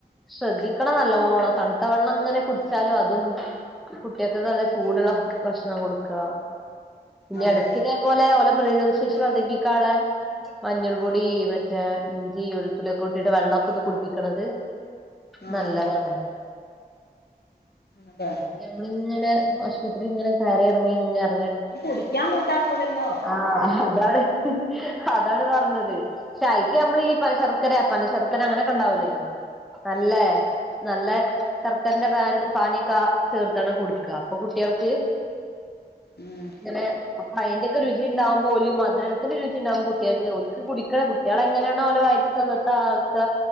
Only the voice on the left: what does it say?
അതെ
ആഹ്
അതെ
കുടിക്കാൻ കൂട്ടാക്കൂലല്ലോ
ഉം
ഉം